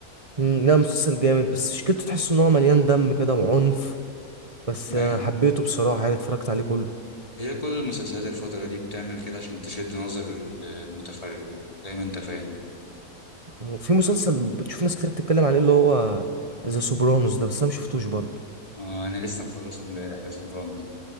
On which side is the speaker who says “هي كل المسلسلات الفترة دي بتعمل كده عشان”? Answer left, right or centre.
Left